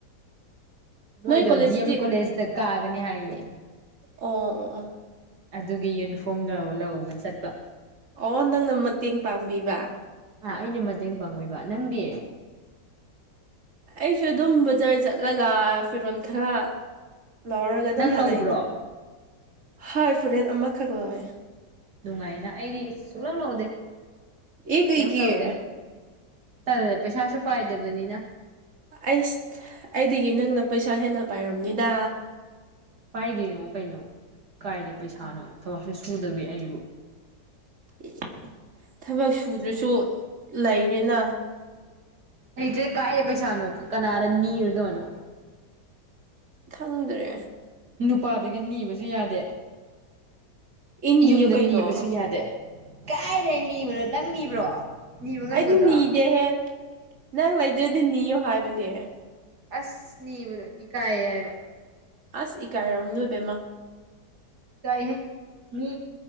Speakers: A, on the right (about 65°); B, on the right (about 45°).
A: ꯃꯣꯏꯗꯣ
B: ꯅꯣꯏ ꯀꯣꯂꯦꯖꯇꯤ
A: ꯗꯤ ꯑꯦꯝ ꯀꯣꯂꯦꯖꯇ ꯀꯥꯒꯅꯤ ꯍꯥꯏꯌꯦ
B: ꯑꯣ ꯑꯣ
A: ꯑꯗꯨꯒꯤ ꯌꯨꯅꯤꯐꯣꯔꯝ ꯂꯧ ꯂꯧꯔꯒ ꯆꯠꯄ
B: ꯑꯣ ꯅꯪꯅ ꯃꯇꯦꯡ ꯄꯥꯡꯕꯤꯕ
A: ꯑ ꯑꯩꯅ ꯃꯇꯦꯡ ꯄꯥꯡꯕꯤꯕ ꯅꯪꯗꯤ
B: ꯑꯩꯁꯨ ꯑꯗꯨꯝ ꯕꯖꯥꯔ ꯆꯠꯂꯒ ꯐꯤꯔꯣꯜ ꯈꯔ ꯂꯧꯔꯒ ꯑꯗꯨꯝ
A: ꯅꯪ
B: ꯍꯜꯂꯛꯏꯗ
A: ꯂꯧꯕ꯭ꯔꯣ
B: ꯍꯣꯏ ꯐꯨꯔꯤꯦꯠ ꯑꯃꯈꯛ ꯂꯧꯋꯦ
A: ꯅꯨꯡꯉꯥꯏꯅ ꯑꯩꯗꯤ ꯁꯨꯡꯛꯂꯞ ꯂꯧꯗꯦ
B: ꯑꯦ ꯀꯩꯒꯤ
A: ꯀꯩꯝ ꯂꯧꯗꯦ ꯇꯜꯦ ꯄꯩꯁꯥꯁꯨ ꯄꯥꯏꯗꯕꯅꯤꯅ
B: ꯑꯩꯁ ꯑꯩꯗꯒꯤ ꯅꯪꯅ ꯄꯩꯁꯥ ꯍꯦꯟꯅ ꯄꯥꯏꯔꯝꯅꯤꯗ
A: ꯄꯥꯏꯗꯦꯉꯣ ꯀꯩꯅꯣ ꯀꯥꯏꯗꯦ ꯄꯩꯁꯥꯅꯣ ꯊꯕꯛꯁꯦ ꯁꯨꯗꯕꯤ ꯑꯩꯕꯨ
B: ꯑꯦ ꯊꯕꯛ ꯁꯨꯗ꯭ꯔꯁꯨ ꯂꯩꯔꯦꯅ
A: ꯑꯩꯁꯦ ꯀꯥꯏꯔꯦ ꯄꯩꯁꯥꯅꯣ ꯀꯅꯥꯗ ꯅꯤꯔꯨꯗꯣꯏꯅꯣ
B: ꯈꯪꯗ꯭ꯔꯦ
A: ꯅꯨꯄꯥꯗꯒꯤ ꯅꯤꯕꯁꯨ ꯌꯥꯗꯦ
B: ꯏ ꯅꯤꯌꯨ
A: ꯌꯨꯝꯗ
B: ꯀꯩꯅꯣ
A: ꯅꯤꯕꯁꯨ ꯌꯥꯗꯦ ꯀꯥꯏꯗꯦ ꯅꯤꯕꯅꯣ ꯅꯪ ꯅꯤꯕ꯭ꯔꯣ ꯅꯤꯕ ꯉꯝꯒꯗ꯭ꯔꯣ
B: ꯑꯩꯗꯤ ꯅꯤꯗꯦꯍꯦ ꯅꯪ ꯂꯩꯗ꯭ꯔꯗꯤ ꯅꯤꯌꯣ ꯍꯥꯏꯕꯅꯦ
A: ꯑꯁꯅꯤꯕꯨꯅ ꯏꯀꯥꯌꯦꯕ
B: ꯑꯁ ꯏꯀꯥꯏꯔꯝ ꯅꯣꯏꯕꯦꯝꯃ
A: ꯀꯥꯏꯍꯦ ꯃꯤ